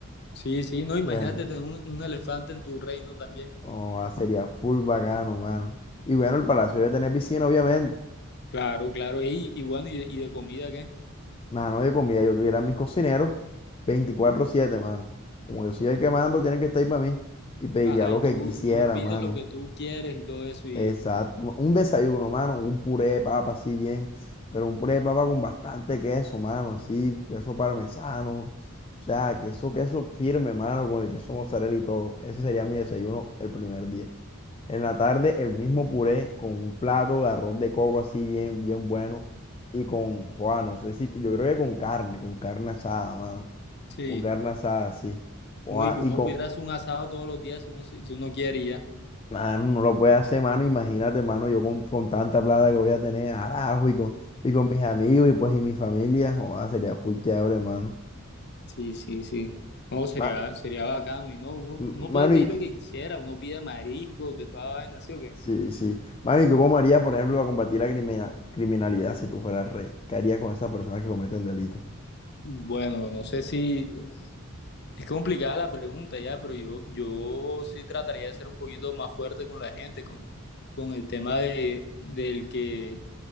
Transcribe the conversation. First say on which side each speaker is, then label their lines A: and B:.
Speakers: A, on the left; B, on the left.
A: Sí, sí, no, imagínate
B: Bueno,
A: tener un, un elefante en tu reino también.
B: joda, sería full bacano, mano. Y bueno, el palacio debe tener piscina, obviamente.
A: Claro, claro, Ey, y, bueno, ¿y de, y de comida qué?
B: Mano, de comida, yo tuviera mis cocineros 24/7, mano. Como yo soy el que mando, tienen que estar ahí para mí y pediría
A: Ajá,
B: lo
A: y
B: que
A: tú,
B: quisiera,
A: tú pides
B: mano.
A: lo que tú quieres y todo eso, y
B: Exacto. Un desayuno, mano, un puré de papa, así bien, pero un puré de papa con bastante queso, mano, así, queso parmesano. O sea, queso, queso firme, mano, con el queso mozzarella y todo. Ese sería mi desayuno el primer día. En la tarde el mismo puré con un plato de arroz de coco así bien, bien bueno y con, Juan, no sé si, yo creo que con carne, con carne asada, mano,
A: sí,
B: con carne asada, sí. Joa,
A: no, y que uno
B: y con,
A: pudiera hacer un asado todos los días si uno, se- si uno quiere y ya.
B: mano, no lo puede hacer, mano, imagínate, mano, yo con, con tanta plata que voy a tener, arajo, y con, y con mis amigos y pues y mi familia, Joa, sería full chévere, mano.
A: Sí, sí, sí. No, sería,
B: Ma-
A: sería bacano, y no, uno,
B: m-
A: uno
B: mano,
A: puede pedir
B: y, y-
A: lo que quisiera, uno pide mariscos, de toda vaina, ¿sí o qué?
B: sí, sí. Mano, ¿y tú cómo harías, por ejemplo, para combatir la crimina- criminalidad si tú fueras rey? ¿Qué harías con esas personas que cometen delitos?
A: Bueno, no sé si es complicada la pregunta ya, pero yo, yo sí trataría de ser un poquito más fuerte con la gente, con, con el tema de, del que